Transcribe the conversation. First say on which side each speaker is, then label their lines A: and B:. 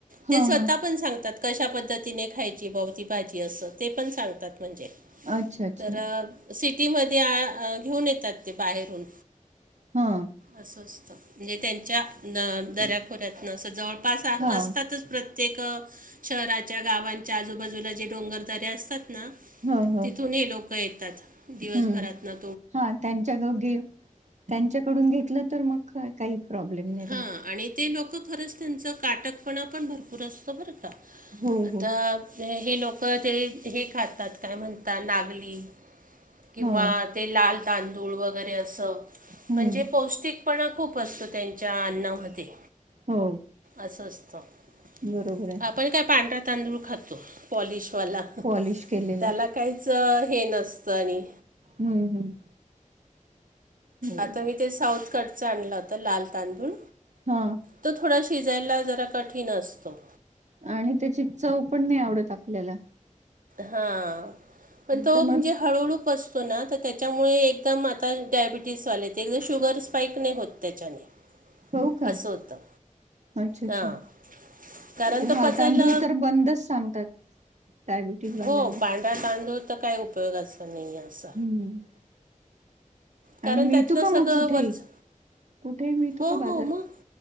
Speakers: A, on the right; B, on the right.
A: हा
B: ते स्वतः
A: हा
B: पण सांगतात कशा पद्धतीने खायची बवती भाजी असं ते पण सांगतात म्हणजे
A: अच्छा अच्छा
B: तर सिटीमध्ये घेऊन येतात ते बाहेरून
A: हा
B: असं असतं म्हणजे त्यांच्या दऱ्याखोऱ्यातन असं जवळपास
A: हा
B: असतातच प्रत्य ते का शहराच्या गावांच्या आजूबाजूला जे डोंगरदऱे असतात ना
A: ह ह
B: तिथून हे लोक येतात दिवसभरात
A: हम्म
B: न
A: हा त्यांच्या ग घे त्यांच्याकडून घेतलं तर मग का काही प्रॉब्लेम नाही
B: हां
A: राहत
B: आणि ते लोकं खरंच त्यांचं काटकपणा पण भरपूर असतं बरं का
A: हो
B: आता
A: हो
B: हे लोक ते हे खातात काय म्हणतात नागली किंवा
A: हा
B: ते लाल तांदूळ वगैरे असं
A: हम्म
B: म्हणजे पौष्टिकपणा खूप असतं त्यां ज्या आडनाव होते
A: हो
B: अस असत बग
A: बरोबर आहे
B: आपण काय पांढरा तांदूळ खातो त पॉलिशवाला त्याला
A: पॉलिश केलेला
B: काहीच हे नसतं आणि
A: हम्म बरोबर
B: आता मी ते साऊथ कडच आणलं होता लाल तांदूळ
A: हा
B: तो थोडा शिजायला जरा कठीण असतो
A: आणि त्याची चव पण नाही आवडत आपल्याला
B: हा पण तो
A: तर मग
B: म्हणजे हळूळू खूप असतो ना तर त्याच्यामुळे एकदम आता डायबिटीस वाले ते एकदम शुगर स्पाईक नाही होत त्याच्याने
A: हो का?
B: असं होतं
A: अच्छा! अच्छा!
B: हां कारण तो
A: हा
B: पचायला
A: तांदूळ तर बंदच सांगतात डायबिटीज वाल्यांना
B: होय पांढरा तांदूळ तर काही उपयोगा असं नाही अस
A: हम्म
B: कारण
A: आणि मिळतो
B: त्यातलं
A: का
B: सगळं
A: मग कुठेही
B: वरच
A: कुठेही मिळतो
B: हो
A: का बाजार
B: हो मग